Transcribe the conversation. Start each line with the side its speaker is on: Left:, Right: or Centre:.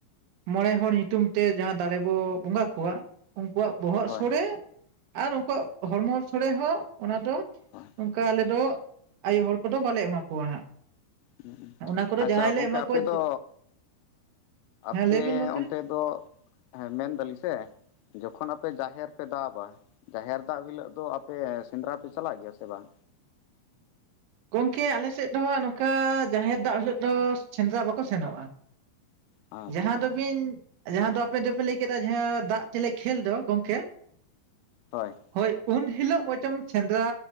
Right: ᱢᱚᱬᱮ ᱦᱚᱲ ᱧᱩᱛᱩᱢ ᱛᱮ ᱡᱟᱦᱟᱸ ᱫᱟᱨᱮ ᱵᱚ ᱵᱚᱸᱜᱟ ᱠᱚᱣᱟ᱾ ᱩᱱᱠᱩᱣᱟᱜ ᱵᱚᱦᱚᱜ
Left: ᱦᱳᱭ
Right: ᱥᱚᱲᱮ ᱟᱨ ᱩᱱᱠᱩᱣᱟᱜ ᱦᱚᱲᱢᱚ ᱥᱚᱲᱮ ᱦᱚᱸ ᱚᱱᱟ ᱫᱚ
Left: ᱦᱳᱭ
Right: ᱚᱱᱠᱟ ᱟᱞᱮ ᱫᱚ ᱟᱭᱳ ᱦᱚᱲ ᱠᱚᱫᱚ ᱵᱟᱞᱮ ᱮᱢᱟ ᱠᱚᱣᱟ᱾ ᱦᱟᱸᱜ
Left: ᱦᱮ
Right: ᱚᱱᱟ ᱠᱚᱫᱚ
Left: ᱟᱪᱪᱷᱟ
Right: ᱡᱟᱦᱟᱸᱭ
Left: ᱜᱚᱝᱠᱮ
Right: ᱞᱮ ᱮᱢᱟ ᱠᱚᱣᱟ
Left: ᱟᱯᱮ ᱫᱚ
Right: ᱦᱮᱸ
Left: ᱟᱯᱮ
Right: ᱞᱟᱹᱭ ᱵᱤᱱ ᱜᱚᱝᱠᱮ
Left: ᱚᱱᱛᱮ ᱫᱚ ᱢᱮᱱᱫᱟᱞᱤᱧ ᱥᱮ ᱡᱚᱠᱷᱚᱱ ᱟᱯᱮ ᱡᱟᱦᱮᱨ ᱯᱮ ᱫᱟᱵᱟ ᱡᱟᱦᱮᱨ ᱫᱟᱯ ᱦᱤᱞᱳᱜ ᱫᱚ ᱟᱯᱮ ᱥᱮᱸᱫᱽᱨᱟ ᱯᱮ ᱪᱟᱞᱟᱜ ᱜᱮᱭᱟ ᱥᱮ ᱵᱟᱝ?
Right: ᱜᱚᱢᱠᱮ ᱟᱞᱮ ᱥᱮᱫ ᱫᱚ ᱦᱟᱜ ᱱᱚᱝᱠᱟ ᱡᱟᱦᱮᱨ ᱫᱟᱯ ᱦᱤᱞᱳᱜ ᱫᱚ ᱥᱮᱸᱫᱽᱨᱟ ᱵᱟᱠᱚ ᱥᱮᱱᱚᱜᱼᱟ᱾
Left: ᱟᱪᱪᱷᱟ
Right: ᱡᱟᱦᱟᱸ ᱫᱚᱵᱤᱱ ᱡᱟᱦᱟᱸ ᱫᱚ ᱟᱯᱮ ᱫᱚᱯᱮ ᱞᱟᱹᱭ ᱠᱮᱫᱟ ᱡᱟᱦᱟᱸ ᱫᱟᱜ ᱛᱮᱞᱮ ᱠᱷᱮᱞ ᱫᱚ ᱜᱚᱝᱠᱮ
Left: ᱦᱳᱭ
Right: ᱦᱳᱭ ᱩᱱ ᱦᱤᱞᱳᱜ ᱵᱚᱪᱚᱢ ᱥᱮᱸᱫᱽᱨᱟ